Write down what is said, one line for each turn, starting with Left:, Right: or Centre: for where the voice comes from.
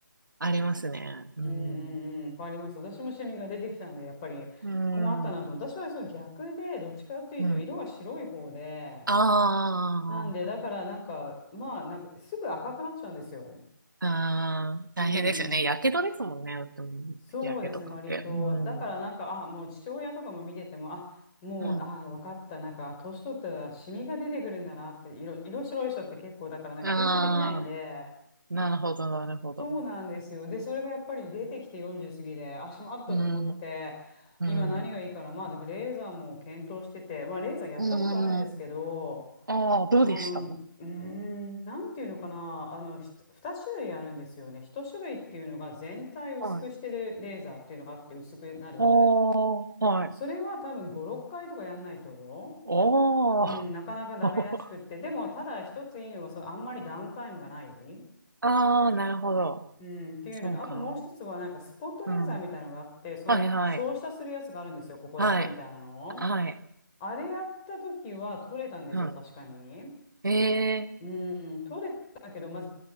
Right: ありますね。うん。
Left: うんうんうん、わかります。私もシミが出てきたんで、やっぱり困ったなと。
Right: うん。
Left: 私はその逆で、どっちかっていうと、
Right: うん。
Left: 色が白い方で、
Right: あ
Left: なんで、だからなんか、まあ、なんか、すぐ赤くなっちゃうんですよ。
Right: あ、あー大変ですよね。
Left: うん。
Right: やけどですもんね。うんやけとかって。
Left: そうですね、割と。
Right: うん。
Left: だからなんか、あ、もう父親とかも見てても、あ、もう、
Right: うん。
Left: あ、分かった。なんか、年取ったらシミが出てくるんだなって、色、色白い人って結構、だからな、
Right: あ
Left: 吸収できないんで、
Right: あ、なるほど、なるほど。
Left: そうなんですよ。で、それがやっぱり出てきて40過ぎで、足もあったと思って、
Right: うん、うん。
Left: 今何がいいかな。まあ、だからレーザーも検討してて、まあ、レーザーやったことあるんですけど、
Right: うん。ああ、どうでしたはい。
Left: あの、うーん、なんていうのかな、あの、ひと2種類あるんですよね。1種類っていうのが全体薄くしてるレーザーっていうのがあって薄くなる。
Right: ああ、はい。
Left: それは多分5、6回とかやんないと、
Right: おー。
Left: うん、なかなかダメらしくって。
Right: <laughs>
Left: でも、ただ一ついいのは、その、あんまりダウンタイムがない。
Right: ああ、なるほど。
Left: うん、っていうので、
Right: そうか。
Left: あともう一つはなんかスポットレーザーみたいなのがあって、
Right: うん。
Left: その照射するやつがあるんですよ、
Right: はい、はい。
Left: ここだけみたいなの。
Right: はい。はい。
Left: あれやった時は取れたんですよ、
Right: う
Left: 確かに。
Right: ん。ええ
Left: うん、取れたけど、まず